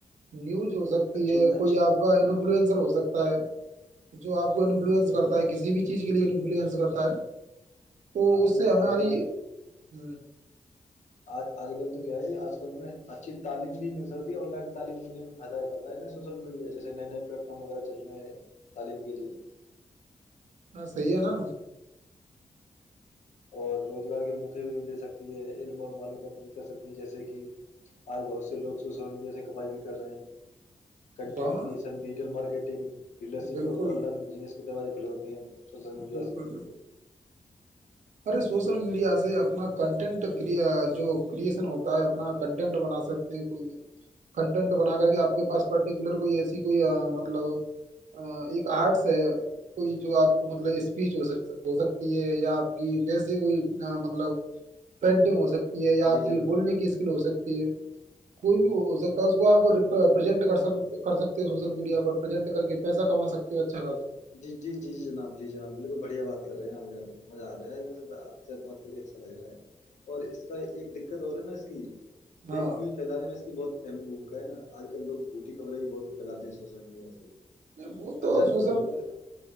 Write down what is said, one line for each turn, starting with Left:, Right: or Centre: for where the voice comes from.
Right: نیوز ہو سکتا
Left: اچھی
Right: یہ
Left: اچھی
Right: کوئی آپ کا فوسر ہو سکتا ہے <unintelligible> جو آ کو انفلوئنس
Left: ہوں
Right: کرتا ہے کسی بھی چیز کے لیے ایبلیینس کرتا ہے <unintelligible> تو اس
Left: نہیں
Right: سے
Left: آج
Right: ہماری ہ
Left: آ آج کل تو کیا ہے آج کل میں اچھی تعلیم بھی مل سکتی ہے آن لائن تعلیم ملنے میں فائدہ کرتا ہے ن سوشل میڈیا جیسے نئے نئے پلیٹ فارم وغیرہ چل رہے ہیں تعلیم کے لیے
Right: ہاں صحی ہے نا
Left: اور روزگار کے موقے پہ بھی دے سکتی ہے علم اور معلومات بھی کر سکتی ہے جیسے کہ آج بہت سے لوگ سوشل میڈیا سے کپائی بھی کر رہے ہیں کنٹیکٹ
Right: وہاں
Left: کیے سن ڈیجیٹل مارکیٹ <unintelligible> فلنگ
Right: بالکل
Left: اور آن لائن بزنس دروازے کلھے ہوتے ہیں سوشل میڈیا
Right: بالکل
Left: سے
Right: بالکل ارے سوشل میڈیا سے اپنا کنٹینٹ جو کریئشن ہوتا ہے-اپنا کنٹینٹ بنا سکتے ہیں کوئی کنٹینٹ بن کر کے آپ کے پاس پرٹیکولر کوئی ایسی کوئی مطلب ایک آرٹس ہے کوئی جو آپ کو مطلب اسپیچ ہو ہو سکتی ہے یا آپ کہ جیسے کوئی مطلب پینٹنگ ہو سکتی یا آپ
Left: جی
Right: کی
Left: جناب
Right: بولنے کی اسکل ہو سکتی <unintelligible> کوئی بھی ہو سکتا ہے اس کو آپزینٹ سکتے ہو سوشل میڈیا پر پرزینٹ کر کے پیسہ کما سکتے ہو اچھا خاصا <unintelligible>
Left: جی جی جی جناب جی جناب بالکل بڑھیا بات کر رہے ہیں اب مزہ آ رہا ہے آپ سے بات کر کے اچھا لگ رہا ہے اور اس کا ایک دقت اور ہے نا اس کی <unintelligible> فیک
Right: ہاں
Left: نیوز فھیلانے میں اس کی بہت <unintelligible> اہم بھومکا نا آج کلوگ ڈوٹی کبریں بھی بہت پھیلاتے ہیں سوشل میڈیا سے <unintelligible>
Right: نہیں وہ تو
Left: ہر جانکاری
Right: سوشل <unintelligible>
Left: پر